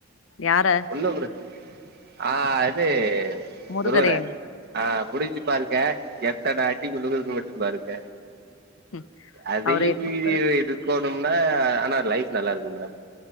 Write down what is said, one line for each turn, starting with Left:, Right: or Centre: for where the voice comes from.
Left: யார
Right: ஒன்னு ஒரு ஆ இது
Left: முருகர
Right: முருகன
Left: எங்
Right: ஆ புடிச்சு பாருங்க எத்தன அடி விழுகுதுனு மட்டும் பாருங்க
Left: ம்
Right: அதையும்
Left: அவரு
Right: மீறி
Left: குடுக்குற
Right: இது எதுக்கோ னும்ன ஆனா லைப் நல்லா இருக்கு மேடம்